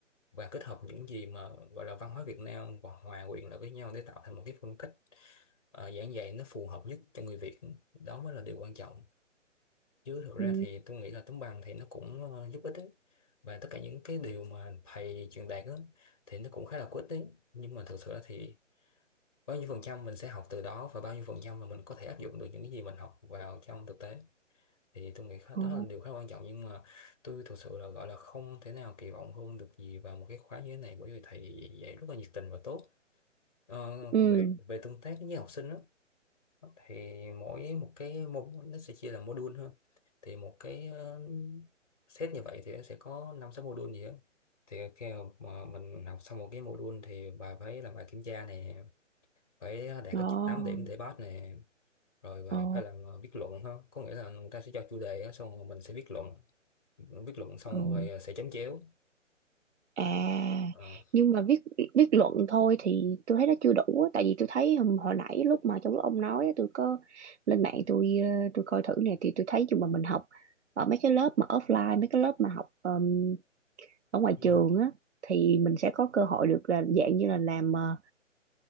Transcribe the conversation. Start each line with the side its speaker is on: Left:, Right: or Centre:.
Left: và kết hợp những gì mà gọi là văn hóa Việt Nam và hòa quyện lại với nhau để tạo thành một cái phong cách Ờ, giảng dạy nó phù hợp nhất cho người Việt đó mới là điều quan trọng chứ thực ra
Right: ừ
Left: thì tôi nghĩ là tấm bằng thì nó cũng ờ, giúp ích đấy và tất cả những cái điều mà thầy truyền đạt á, thì nó cũng khá là có ích đấy nhưng mà thực sự là thì bao nhiêu phần trăm mình sẽ học từ đó và bao nhiêu phần trăm mà mình có thể áp dụng được những cái gì mình học vào trong thực tế thì tôi nghĩ khá- đó
Right: Ồ.
Left: là điều khá quan trọng nhưng mà tôi thực sự là gọi là không thể nào kỳ vọng hơn được gì vào một cái khóa như thế này bởi vì thầy dạy rất là nhiệt tình và tốt Ờ,
Right: ừ
Left: về về tương tác với học sinh đó thì mỗi một cái mô nó sẽ chia làm module hơn thì một cái ờ, set như vậy thì nó sẽ có năm sáu module gì đó thì khi mà mình học xong một cái module thì bà phải làm bài kiểm tra này phải đạt ít
Right: ồ
Left: nhất 8 điểm để pass này rồi bà
Right: ồ
Left: phải làm ờ, viết luận hơn có nghĩa là người ta sẽ cho chủ đề á, xong rồi mình sẽ viết luận viết luận xong
Right: ừ
Left: rồi ờ, sẽ chấm chéo
Right: à
Left: Ờ.
Right: nhưng mà viết viết luận thôi thì tôi thấy nó chưa đủ á. tại vì tôi thấy hồi, hồi nãy lúc mà trong lúc ông nói á, tôi có lên mạng tôi ờ, tôi coi thử nè thì tôi thấy dù mà mình học ở mấy cái lớp mà offline mấy cái lớp mà học ờm, ở ngoài
Left: ừ,
Right: trường á thì mình sẽ có cơ hội được là dạng như là làm ờ,